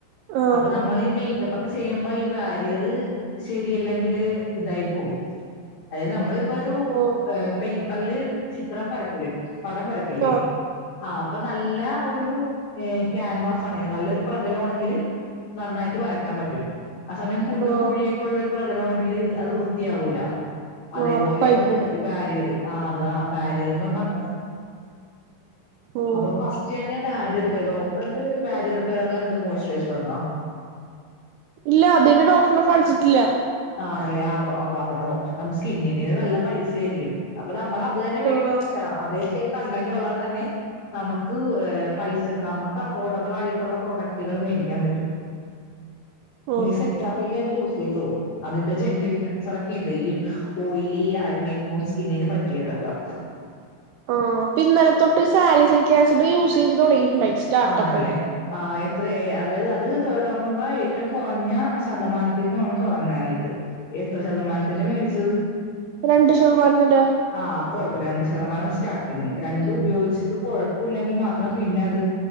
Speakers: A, on the right; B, on the left.
A: ആഹ്
B: അപ്പൊ നമ്മൾ ഈ മേ ക്കപ്പൊക്കെ ചെയ്യുമ്പോ ഈ ബാരിയർ ശരിയല്ലെങ്കില് ഇതായി പോവും. അതായത് നമ്മളിപ്പൊ ഒരു
A: ഓഹ്
B: പേപ്പറില് ചിത്രം വരക്കൂലേ പടം വരക്കു ഇല്ലേ
A: ആഹ്
B: ആഹ് അപ്പൊ നല്ല ഒരു ഏഹ് ക്യാൻവാസ് ആണെങ്കിൽ നല്ലൊരു പ്രതലം ആണെങ്കിൽ നന്നായിട്ട് വരക്കാൻ പറ്റും ആ സമയം കുണ്ടും
A: ആഹ്
B: കുഴിയൊക്കെ ഉള്ള ഒരു പ്രതലമാണെങ്കിൽ അത് വൃത്തിയാവൂല അതേപോലെയാണ്
A: ആഹ് റഫായി പോവും
B: ബാരിയർ ആ അതാ ബാരിയർന്ന് പറഞ്ഞാ അതാ
A: ഓഹ്
B: അപ്പൊ ഇതെന്നെ ബാരിയർ പേ ഡോക്ടർ എന്നിട്ട് ബാരിയറിപ്പേയുള്ള എന്ത് മോയിസ്റ്ററേച്ചർ തന്നോ
A: ഇല്ല അതിന് ഡോക്ടറിനെ കാണിച്ചിട്ടില്ല
B: ആണല്ലേ ആടോ ആടോ അ ഡോക്ടറിന് നമ്മ സ്കിന്നിൻ നല്ല പൈസ ആയിരിക്കും അപ്പൊ നമ്മൾ അത് തന്നെ മേടിക്കണമെന്നില്ല
A: ആഹ്
B: അതേ സെയിം കണ്ടന്റ് ഉള്ളത് തന്നെ നമക്ക് ഏ പൈസക്ക് നമക്ക് അഫോർഡബിൾ ആയിട്ടുള്ള പ്രൊഡക്റ്റുകൾ മേടിക്കാൻ പറ്റും
A: ഓഹ്
B: നീ സെറ്റാഫില്ലന്നെ യൂസ് ചെയ്തോ അതിന്റെ ജെന്റിൽ ക്ലെൻസർ ഒക്കെ ഇണ്ട് ഈ ഓയിലി ആഗ്നൈന് പോൺ സ്കിന്നിന് പറ്റിയതൊക്കെ
A: ആഹ് അപ്പം ഇന്നലെ തൊട്ട് സാലി സിലിക് ആസിഡ് യൂസ് ചെയ്ത് തുടങ്ങിയിട്ടുണ്ടായി സ്റ്റാർട്ടപ്പ്
B: ആണല്ലേ
A: ആയിട്ട്
B: ആ എത്രയെ അതായത് അത് തുടങ്ങുമ്പോ ഏറ്റവും കുറഞ്ഞ ശതമാനത്തിൽ നിന്ന് വേണം തുടങ്ങാനായിട്ട് എത്ര ശതമാനത്തിന്റെ മേടിച്ചത്
A: രണ്ട് ശതമാനത്തിന്റെ
B: ആഹ് അപ്പോ കൊഴപ്പില്ല രണ്ട് ശതമാനമാണ് സ്റ്റാർട്ടിങ്ങ് രണ്ടും ഉപയോഗിച്ചിട്ട് കൊഴപ്പില്ലെങ്കിൽ മാത്രം പിന്നെ അത്